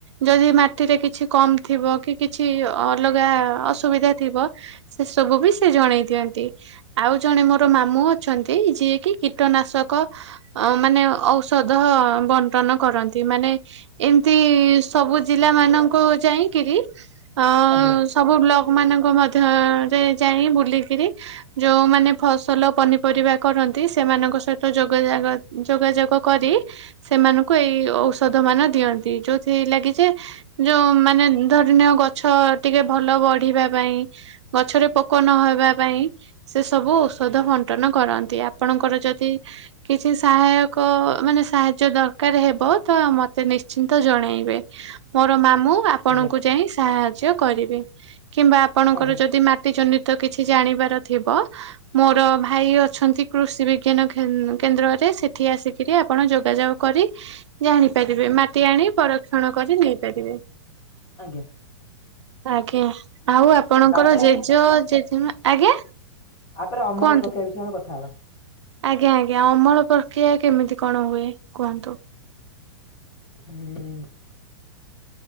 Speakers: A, on the right (about 75°); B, on the left (about 25°).
A: ଯଦି ମାଟିରେ କିଛି କମ ଥିବ, କି କିଛି ଅଲଗା ଅସୁବିଧା ଥିବ ସେ ସବୁ ବି ସେ ଜଣେଇ ଦିଅନ୍ତି। ଆଉ ଜଣେ ମୋର ମାମୁଁ ଅଛନ୍ତି ଯିଏ କିି କୀଟନାଶକ ଅ ମାନେ ଔଷଧ ବଣ୍ଟନ କରନ୍ତି। ମାନେ ଏମତି ସବୁ ଜିଲ୍ଲା ମାନଙ୍କୁ ଯାଇଁକିରି ଅ
B: ଆଜ୍ଞା।
A: ସବୁ ବ୍ଲକମାନଙ୍କ ମଧ୍ୟରେ ଯାଇ ବୁଲିକିରି ଯୋଉମାନେ ଫସଲ ପନିପରିବା କରନ୍ତି ସେମାନଙ୍କ ସହିତ ଯୋଗାଯଗ ଯୋଗାଯୋଗ କରି ସେମାନଙ୍କୁ ଏଇ ଔଷଧ ମାନ ଦିଅନ୍ତି ଯେଉଁଥି ଲାଗି ଯେ ଯୋ ମାନେ ଧରିନୀୟ ଗଛ ଟିକେ ଭଲ ବଢିବା ପାଇଁ ଗଛରେ ପୋକ ନହବା ପାଇଁ ସେ ସବୁ ଔଷଧ ବଣ୍ଟନ କର ନ୍ତି ଆପଣଙ୍କର ଯଦି କିଛି ସାହାୟକ ମାନେ ସାହାଯ୍ୟ ଦରକାର ହେବ ତ ଆ ମତେ ନିଶ୍ଚିନ୍ତ ଜଣେଇବେ। ମୋର ମାମୁଁ ଆପଣଙ୍କୁ
B: ଆଜ୍ଞା
A: ଯାଇ ସାହାଯ୍ୟ କରିବେ କିମ୍ବା ଆପଣଙ୍କର
B: ଆଜ୍ଞା
A: ଯଦି ମା ଟି ଜନିତ କିଛି ଜାଣିବାର ଥିବ ମୋର ଭାଇ ଅଛନ୍ତି କୃଷି ବିଜ୍ଞାନ ଖେନ୍ କେନ୍ଦ୍ରରେ ସେଠି ଆସି କିରି ଆପଣ ଯୋଗାଯୋଗ କରି ଜାଣିପାରିବେ ମାଟି ଆଣି ପରକ୍ଷଣ କରି ନେଇପାରିବେ।
B: ଆଜ୍ଞା।
A: ଆଜ୍ଞା ଆଉ ଆପଣଙ୍କର
B: ତାପରେ
A: ଜେଜ ଜେଜେମା ଆଜ୍ଞା?
B: ଆପରେ ଅମଳ
A: କୁହନ୍ତୁ।
B: ପ୍ରକ୍ରିୟା ବିଷୟରେ ଆମେ କଥା ହବା।
A: ଆଜ୍ଞା ଆଜ୍ଞା ଅମଳ ପ୍ରକ୍ରିୟା କେମିତି କଣ ହୁଏ କୁହନ୍ତୁ?
B: ଉଁ